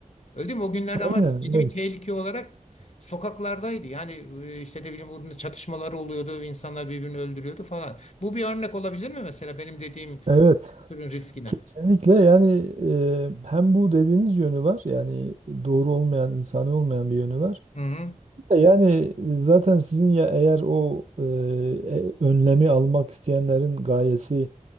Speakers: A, on the left; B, on the right.
A: Öldü mü O günlerde
B: Aynen,
A: ama ciddi
B: evet.
A: bir tehlike olarak sokaklardaydı. Yani e, işte de bileyim burada çatışmalar oluyordu, insanlar birbirini öldürüyordu falan. Bu bir örnek olabilir mi mesela benim dediğim
B: Evet,
A: bu türün riskine?
B: kesinlikle yani e, hem bu dediğiniz yönü var yani doğru olmayan, insani olmayan bir yönü var.
A: Hı hı.
B: Bir de Yani e, zaten sizin ya eğer o e, e, önlemi almak isteyenlerin gayesi